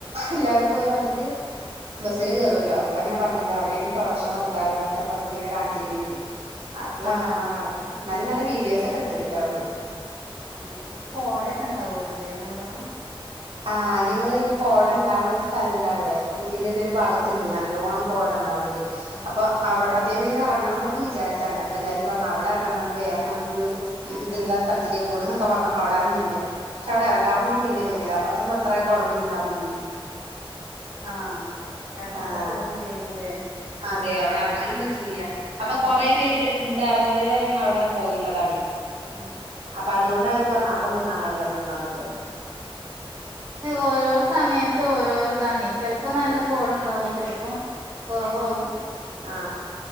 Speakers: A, on the right (about 85°); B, on the right (about 40°).
A: എല്ലാവരും പോയി വന്നിട്ട് ബസില്
B: ആഹ്
A: കേറുവല്ലോ അപ്പളെങ്ങനെ പറഞ്ഞത് അവിടെയാണ് ഫ്ളവർഷോ നടക്കാറ് എന്നൊക്കെ പറഞ്ഞിട്ട് ഇങ്ങനെ കാണിച്ചിരിക്ക ചെയ്തി അപ്പളാണ്
B: ആഹ്
A: ആ നല്ല നല്ല വീഡിയോസ് ഒക്കെ എടുത്തിണ്ട്ട്ടാ അവിടെന്ന്
B: ആ ഈ കോടയക്കെ ഇണ്ടാവല്ലോല്ലെ നല്ലോണം
A: ആഹ് ഞങ്ങളയിന് കോട ഉണ്ടാവണ ഒരു സ്ഥലണ്ട് അവിടെ ഊട്ടിൽ തന്നെ ഒരു ഭാഗത്തുണ്ട് നല്ലോണം കോട ഉണ്ടാവണത്
B: ആഹ്
A: അപ്പൊ അവ അദ്ദേഹം ഇങ്ങനെ ഇറങ്ങണം എന്നൊക്കെ വിചാരിച്ചാണ് അപ്പൊ എല്ലാരും പറഞ്ഞു അവിടെ ഇറങ്ങണം നമ്മൾ വേറെ നല്ലൊരു ഇതുള്ള സ്ഥലത്തി ക്ക് പോണ്ന്നക്കെ പറഞ്ഞപ്പോ അവിടെ അറിങ്ങില്ല പക്ഷെ അവിടെ
B: ഏഹ്
A: ഇറങ്ങാറന്ന് പിന്നെ തോന്നിയത് അപ്പറത്ത് ഒന്ന് അത്ര കോടമഞ്ഞ് ഉണ്ടായിരുന്നില്ല
B: ആഹ് എറങ്ങാതെ
A: ആ അ
B: പോന്നും ചെയ്തുല്ലേ
A: അതെ അവിടെ ഇറങ്ങാനും പറ്റിയില്ല അപ്പൊ കൊറെ
B: ആഹ്
A: പേര് ഉണ്ടായിർന്നവ അയിന് അവിടെ പോയിള്ളതാണ്
B: ആ
A: അപ്പ അതൊണ്ട് അവര് പറഞ്ഞ അവിടൊന്നും കാണല്ലേ അവിടെന്നും കാണല്ലേ പറഞ്ഞ്
B: ഓരോ സമയത്ത് ഓ രോഓരോ ഇതാണ് ചെലപ്പോ നല്ല
A: ആഹ്
B: കോട ഉണ്ടാവും ചെലപ്പോ കുറവാവും
A: ആ